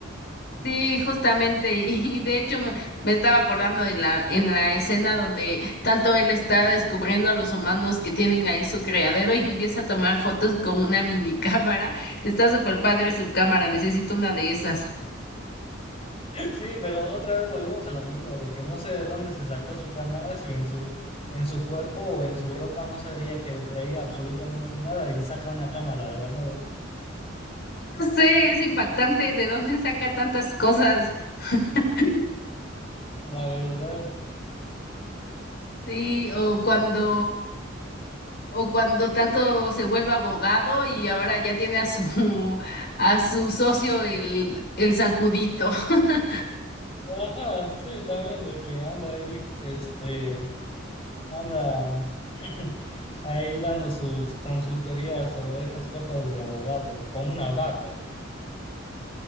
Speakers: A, on the left; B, on the left.
A: Sí, justamente, y de hecho me, me estaba acordando de la, en la escena donde tanto él está descubriendo a los humanos que tienen ahí su criadero y empieza a tomar fotos con una mini cámara. Está súper padre su cámara, necesito una de esas.
B: Sí, pero otra vez volvemos a lo mismo, de que no sé de dónde se sacó su cámara, si en su, en su cuerpo o en su ropa no se veía que traía absolutamente nada y saca una cámara de la nada.
A: No sé, es impactante de dónde saca tantas cosas. <laughs>
B: La verdad.
A: Sí, o cuando, o cuando tanto se vuelve abogado y ahora ya tiene a su, a su socio el, el zancudito. <laughs>
B: Ajá, sí, también de que anda ahí, este, anda <laughs> ahí dando sus consultorías o esas cosas de abogado, con una vaca.